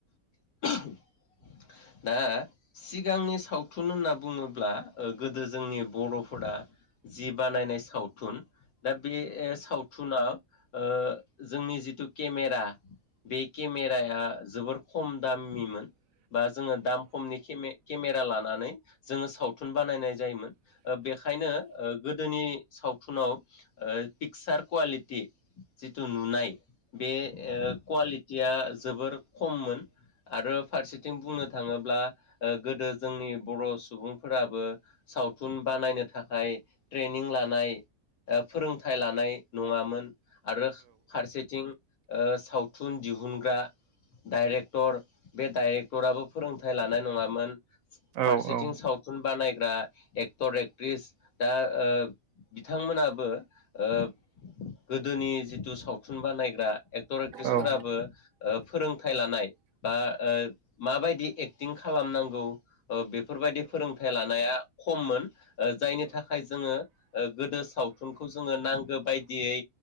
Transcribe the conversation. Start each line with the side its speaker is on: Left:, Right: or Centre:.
Left: <inaudible> दा सिगांनि सावथुन होनना बुङोब्ला ओ गोदो जोंनि बरफोरा जि बानायनाय सावथुन दा बे सावथुाव ओ जोंनि जिथु केमेरा बे केमेराया जोबोर खम दामनिमोन बा जोङो दाम खमनि खेमे केमेरा लानानै जोङो सावथुन बानायनाय जायोमोन ओ बेखायनो गोदोनि सावथुनाव ओ पिकसार कुवालिटि जिथु नुनाय बे ओ कुवालिटिया जोबोर खममोन आरो फारसेथिं बुंनो थाङोब्ला ओ गोदो जोंनि बर सुबुंफोराबो सावथुन बानायनो थाखाय ट्रेनिं लानाय ओ फोरोंथाइ लानाय नङामोन आरो फारसेथिं ओ सावथुन थुन दिहुनग्रा डाइरेक्टर बे डाइरेक्ट डक्टराबो फोरोंथाइ लानाय नङामोन
Right: औ
Left: फारसेथिं
Right: औ
Left: सावथुन बानाय दा एक्टर एक्ट्रिस दा बिथांमोनाबो ओ गोदोनि जिथु सावथुन बानायग्रा एक्टर एक्ट्रिसफोराबो
Right: औ
Left: ओ फोरोंथाइ लानाय बा ओ माबायदि एक्टिं खालामनांगौ ओ बेफोरबायदि फोरोंथाइ लानाया खममोन ओ जायनि थाखाय जोङो गोदो सावथुनखौ जोङो नांगो बायदियै